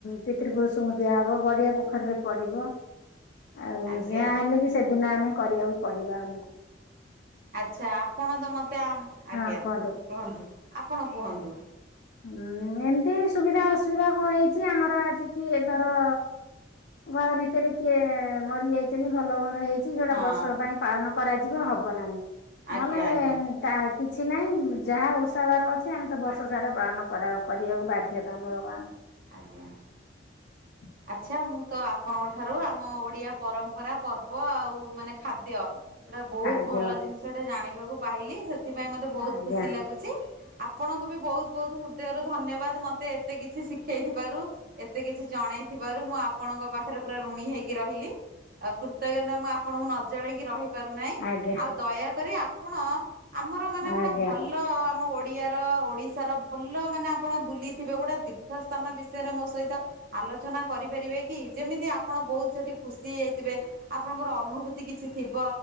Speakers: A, on the left; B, on the right.
A: ପିତୃପୁରୁଷଙ୍କୁ ଦିଆହବ ଗଡିଆ ପୋଖରୀରେ ପଡିବ ଆଉ
B: ଆଜ୍ଞା
A: ଯାହା ହେଲେ ବି ସେଦିନ ଆମେ କରିବାକୁ ପଡ଼ିବ।
B: ଆଚ୍ଛା ଆପଣ ତ ମତେ ଆ
A: ହଁ
B: ଆଜ୍ଞା
A: କୁହନ୍ତୁ।
B: କୁହନ୍ତୁ ଆପଣ କୁହନ୍ତୁ।
A: ହୁଁ ଏମିତି ସୁବିଧା ଅସୁବିଧା କଣ ହେଇଚି ଆମର ଆଜି କିଏ ଧର ଘର ଭିତରେ କିଏ ମରିଯାଇ <unintelligible> ଭଲ ମନ୍ଦ ହେଇଚି ଯୋଉଟା
B: ହଁ
A: ବର୍ଷକ ପାଇଁ ପାଳନ କରାଯିବ ହବ ନାହିଁ
B: ଆଜ୍ଞା
A: ନହେଲେ
B: ଆଜ୍ଞା
A: ତା କିଛି ନାହିଁ ଯାହା ଓଷା ବାର ଅଛି ଆମେ ତ ବର୍ଷ ସାରା ପାଳନ କରିବାକୁ ବାଧ୍ୟତାମୂଳକ ଆମେ।
B: ଆଜ୍ଞା।
A: ହୁଁ
B: ଆଚ୍ଛା ମୁଁ ତ ଆପଣଙ୍କ ଠାରୁ ଆମ ଓଡ଼ିଆ, ପରମ୍ପରା, ପର୍ବ ଆଉ ମାନେ ଖାଦ୍ୟ ଗୋଟେ ବହୁତ୍
A: ଖାଦ୍ୟ
B: ଭଲ ଜିନିଷ ଟେ ଜାଣିବାକୁ ପାଇଲି ସେଥିପାଇଁ ମତେ ବହୁତ୍
A: ଆଜ୍ଞା
B: ଖୁସି ଲାଗୁଚି। ଆପଣଙ୍କୁ ବି ବହୁତ୍ ବହୁତ୍ ହୃଦୟରୁ ଧନ୍ୟବାଦ ମତେ ଏତେ କିଛି ଶିଖି ଶିଖେଇଥିବାରୁ ଏତେ କିଛି ଜଣେଇଥିବାରୁ ମୁଁ ଆପଣଙ୍କ ପାଖରେ ପୁରା ଋଣୀ ହେଇକି ରହିଲି। ଆଉ କୃତଜ୍ଞତା ମୁଁ ଆପଣଙ୍କୁ ନ ଜଣେଇକି ରହିପାରୁନାହିଁ
A: ଆଜ୍ଞା
B: ଆଉ ଦୟାକରି ଆପଣ ଆମର ମାନେ
A: ଆଜ୍ଞା
B: ଗୋଟେ ଭଲ ଆମ ଓଡି଼ଆର ଓଡ଼ିଶାର ଭଲ ମାନେ ଆପଣ ବୁଲି ଥିବେ ଗୋଟେ ତୀର୍ଥ ସ୍ଥାନ ବିଷୟରେ ମୋ ସହିତ ଆଲୋଚନା କରିପାରିବେ କି ଯେମିତି ଆପଣ ବହୁତ୍ ସେଠି ଖୁସି ହେଇଯାଇଥିବେ। ଆପଣଙ୍କର ଅନୁଭୂତି କିଛି ଥିବ।